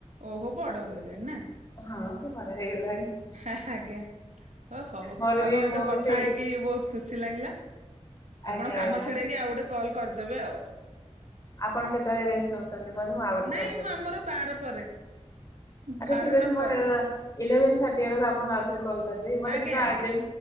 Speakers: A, on the right; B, on the left.
A: ଓହୋ ବଡ ହେଇଗଲାଣି ନା?
B: ହଁ ସେ ବଡ଼ ହେଇଗଲାଣି।
A: ହେ ହେ ଆଜ୍ଞା ହ ହଉ
B: ମୋର
A: ଆପଣଙ୍କ
B: ବି
A: ସହିତ
B: ମୁଁ
A: କଥା
B: ବି ସେଇ
A: ହେଇକି ବହୁତ ଖୁସି ଲାଗିଲା
B: ଆଜ୍ଞା
A: ଆପଣ କାମ
B: ଆଜ୍ଞା
A: ଛିଡେଇକି ଆଉ ଗୋଟେ କଲ କରିଦେବେ ଆଉ।
B: ଆପଣ କେତେବେଳେ ରେଷ୍ଟ ନଉଛନ୍ତି କୁହନ୍ତୁ ମୁଁ ଆଉ ଗୋଟେ
A: ନାଇଁ
B: କଲ୍ କରିଦେବି।
A: ଆମର ବାର ପରେ।
B: ଆଚ୍ଛା
A: ବାରଟା
B: ଠିକ ଅଛି ମୁଁ
A: ପରେ
B: ଇଲେଭେନ ଥାଟି ଆଡକୁ ଆପଣଙ୍କୁ ଆଉଥରେ କଲ କରିଦେବି ମତେ
A: ଆଜ୍ଞା
B: କିନ୍ତୁ
A: ଆଜ୍ଞା